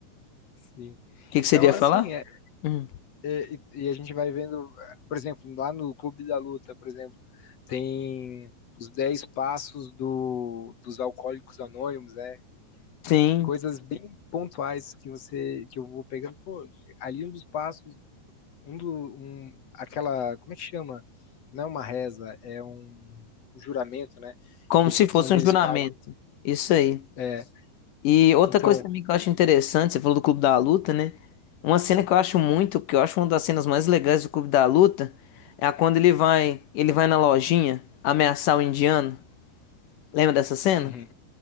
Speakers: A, on the left (about 50°); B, on the left (about 65°).
A: sim.
B: que que
A: Então
B: você iria
A: assim,
B: falar?
A: é,
B: Hum,
A: é, e e a gente vai vendo, por exemplo, lá no Clube da Luta, por exemplo, tem os 10 passos do, dos alcoólicos anônimos, né?
B: Sim,
A: Coisas bem pontuais que você que eu vou pegando, pô, ali um dos passos um do, um, aquela, como é que chama? Não é uma reza, é um, um juramento, né?
B: como
A: Que eles-
B: se fosse
A: onde
B: um
A: eles
B: juramento.
A: falam.
B: Isso aí.
A: É,
B: E outra
A: então,
B: coisa também que eu acho interessante, você falou do Clube da Luta, né? Uma cena que eu acho muito, que eu acho uma das cenas mais legais do Clube da Luta, é a quando ele vai, ele vai na lojinha ameaçar o indiano. Lembra dessa cena?
A: uhum,